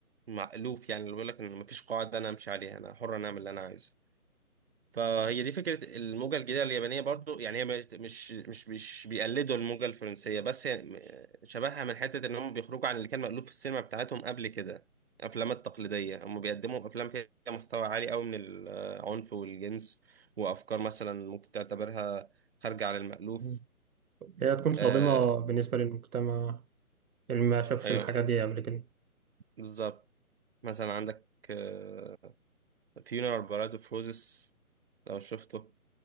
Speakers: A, on the right; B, on the right.
A: المألوف يعني اللي بيقول لك ان مفيش قاعده انا امشي عليها انا حر انا اعمل اللي انا عايزه فهي دي فكرة الموجة الجديدة اليابانية برضو يعني هي مش مش مش مش بيقلدوا الموجة الفرنسية بس هي م- شبهها من حتة ان هم بيخرجوا عن اللي كان مألوف في السينما بتاعتهم قبل كده الافلام التقليدية هم بيقدموا افلام فيها محتوى عالي قوي من العنف والجنس وافكار مثلا ممكن تعتبرها خارجة عن المألوف
B: م. هي تكون
A: آه
B: صادمة بالنسبة للمجتمع اللي ما شافش
A: ايوه
B: الحاجات دي قبل كده
A: بالظبط مثلا عندك آه فيونر بارادو فروزس لو شفته